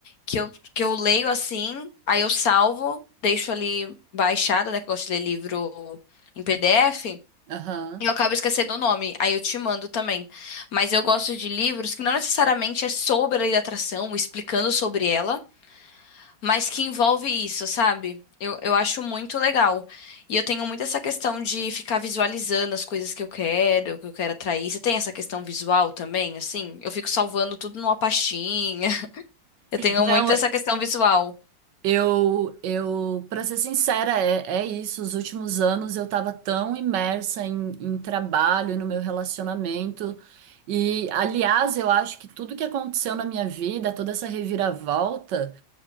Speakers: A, on the left; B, on the right.
A: que eu, que eu leio assim, aí eu salvo, deixo ali baixado, né? Que eu gosto de ler livro em PDF,
B: Aham.
A: e eu acabo esquecendo o nome, aí eu te mando também. Mas eu gosto de livros que não necessariamente é sobre a lei da atração, explicando sobre ela, mas que envolve isso, sabe? Eu, eu acho muito legal. E eu tenho muito essa questão de ficar visualizando as coisas que eu quero, o que eu quero atrair. Você tem essa questão visual também, assim? Eu fico salvando tudo numa pastinha. <laughs> Eu tenho
B: Não,
A: muito essa questão visual.
B: Eu, eu, para ser sincera, é, é isso. Os últimos anos eu estava tão imersa em, em trabalho, no meu relacionamento. E, aliás, eu acho que tudo que aconteceu na minha vida, toda essa reviravolta.